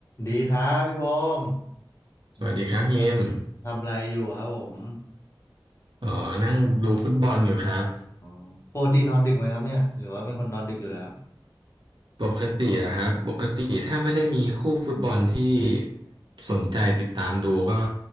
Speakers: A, on the left; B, on the right.
A: ดีครับพี่พงษ์
B: สวัสดีครับเฮม
A: ทำอะไรอยู่ครับผม
B: เอ๋อนั่งดูฟุตบอลอยู่ครับ
A: อ๋อปกตินอนดึกไหมครับเนี่ยหรือว่าเป็นคนนอนดึกอยู่แล้ว
B: ปกติอะครับปกติถ้าไม่ได้มีคู่ฟุตบอลที่สนใจติดตามดูก็